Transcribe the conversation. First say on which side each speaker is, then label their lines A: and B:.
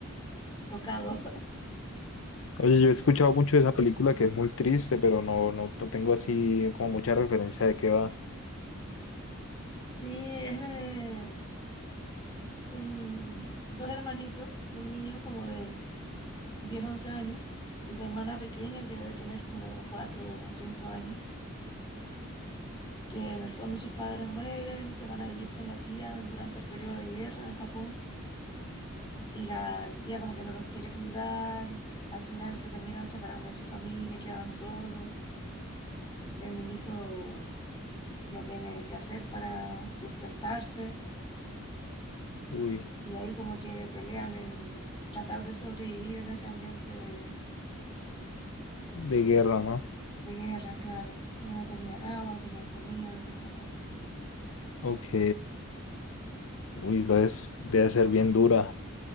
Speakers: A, on the left; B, on the left.
A: tocado. <laughs>
B: Oye, yo he escuchado mucho de esa película que es muy triste, pero no, no, no tengo así como mucha referencia de qué va.
A: Sí, es de un, dos hermanitos, un niño como de 10 11 años, y su hermana pequeña, que debe tener como 4 o 5 años, que en el fondo sus padres mueren, se van a vivir con la tía durante el periodo de guerra en Japón, y la tía como que no los quiere cuidar, al final se terminan separando de su familia, quedan solos, el niñito no tiene qué hacer para sustentarse,
B: Uy,
A: y ahí como que pelean en tratar de sobrevivir en ese ambiente de,
B: de guerra, ¿no?
A: de guerra, claro. No tenían agua, no tenían comida, no tenían nada.
B: Ok. Uy, entonces debe ser bien dura.